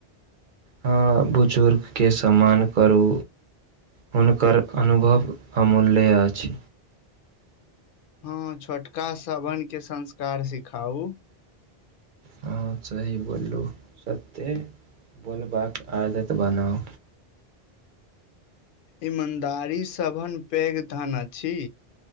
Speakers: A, on the right; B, on the left.
A: हँ बुजुर्गके समान करू। हुनकर अनुभव अमूल्य अछि।
B: हँ छोटका सभन के संस्कार सिखाउ।
A: हँ सही बोलू सत्य बोलबाक आदत बनाउ।
B: ईमानदारी सभन पैघ धन अछि।